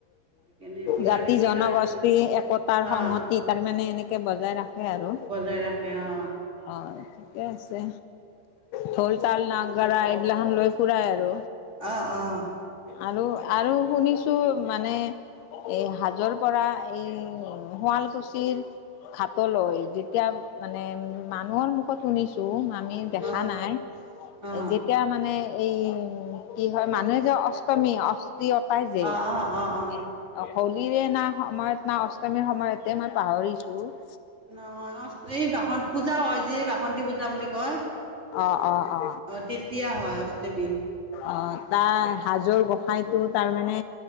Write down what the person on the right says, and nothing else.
সেইকাৰণে মিলা
মিতি
মানে
আহ
বজাই ৰাখে অ
অঁ অঁ
অ
অ অ
অ অ অ অ
অ অ এই বাসন্ত পূজা হয় যে বাসন্তি পূজা বুলি কয়
তেতিয়া হয় অষ্টমী